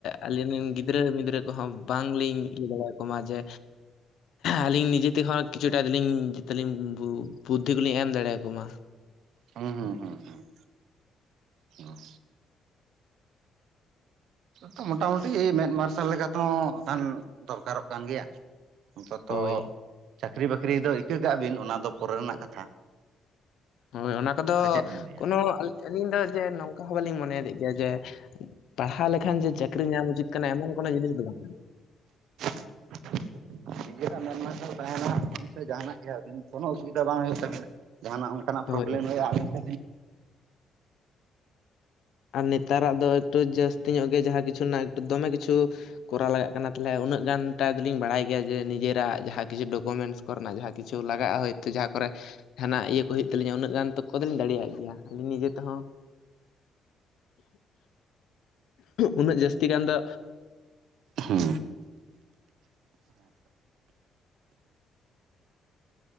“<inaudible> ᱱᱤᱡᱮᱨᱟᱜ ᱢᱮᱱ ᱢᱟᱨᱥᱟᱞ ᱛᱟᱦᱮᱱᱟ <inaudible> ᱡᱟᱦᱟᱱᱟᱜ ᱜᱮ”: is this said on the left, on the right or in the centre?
Right